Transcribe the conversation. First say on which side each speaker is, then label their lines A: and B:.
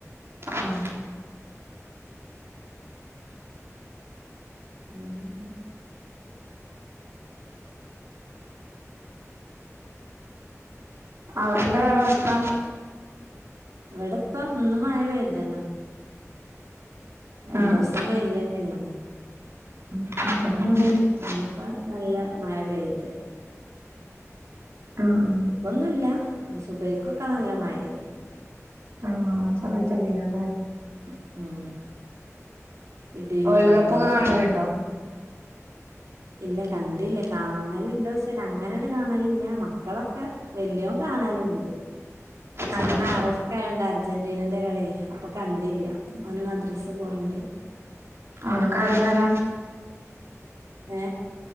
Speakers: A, on the right; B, on the right.
A: ഉം
B: പിന്നെയെന്താ
A: അവിടെ എന്താ കാലാവസ്ഥ
B: ഇവിടെ ഇപ്പം ഇന്ന് മഴ പെയ്തെന്നു രണ്ടു
A: ആഹ്
B: ദിസം വെയിൽ തന്നെയാ
A: <unintelligible>
B: ഇപ്പം നല്ല മഴ പെയ്ത്
A: ആഹ് ഉം
B: ഇപ്പമൊന്നുമില്ല സുബൈക്കൊക്കെ നല്ല മഴയാ
A: ആഹ് ആ സമയത്ത് അല്ലെള്ളു
B: ഉം ഉം ഇടിയും
A: വേൾഡ്
B: മിന്നലുമൊക്കെ
A: കപ്പ് ഒക്കെ കാണലുണ്ടോ
B: ഉണ്ടാ ഇല്ല കണ്ടില്ല കാണലുണ്ടോ ചോദിച്ചാൽ അങ്ങനെ അങ്ങോട്ട്‌ കാണലില്ല മക്കളൊക്കെ വലിയോൻ കാണാനുണ്ട് പക്ഷെ
A: ആഹ്
B: എന്നാ അറസ്റ്റ് ആയോണ്ടാരാരുന്നു അർജന്റീനന്റെ കളി അപ്പൊ കണ്ടല്ല അവന് മദ്രാസ് പോയണ്ട്
A: ആനക്കറ് വാര
B: ഏ